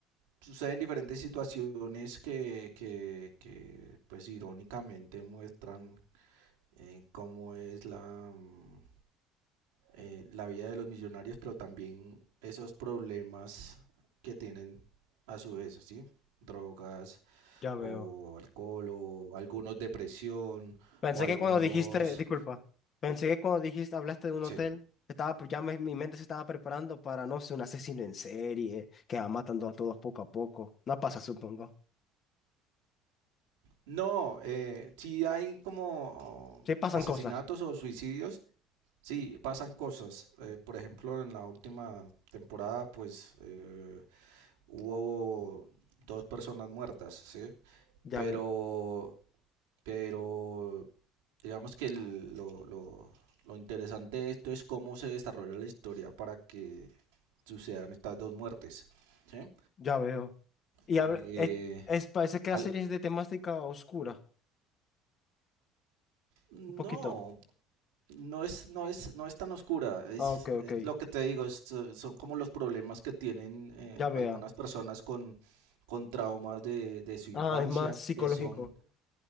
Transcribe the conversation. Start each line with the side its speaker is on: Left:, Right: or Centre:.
Right: suceden diferentes situaciones que, que, que pues irónicamente muestran eh, cómo es la mm, eh, la vida de los millonarios, pero también esos problemas que tienen a su vez, ¿sí? Drogas
Left: Ya
Right: o
Left: veo.
Right: alcohol o algunos depresión
Left: Pensé
Right: o algunos...
Left: que cuando dijiste, disculpa, pensé que cuando dijiste, hablaste de un
Right: Sí.
Left: hotel, estaba, pre- ya me- mi mente se estaba preparando para, no sé, un asesino en serie que va matando a todos poco a poco. No pasa, supongo.
Right: No, eh, sí hay como
Left: Sí pasan
Right: asesinatos
Left: cosas.
Right: o suicidios, sí, pasan cosas. Eh, por ejemplo, en la última temporada, pues eh, hubo dos personas muertas, ¿sí?
Left: Ya
Right: Pero
Left: veo,
Right: Pero digamos que el- lo, lo- lo interesante de esto es cómo se desarrolla la historia para que sucedan estas dos muertes. ¿sí?
Left: ya veo. Y
Right: Eh,
Left: hab- es, es- parece que
Right: al-
Left: la serie es de temática oscura,
Right: no,
Left: un poquito.
Right: no es, no es, no es tan oscura. Es,
Left: Ah, ok,
Right: es
Left: ok.
Right: lo que te digo, es, eh, son como los problemas que tienen eh,
Left: Ya veo.
Right: algunas personas con, con traumas de, de su infancia,
Left: Ah, es más psicológico.
Right: que son...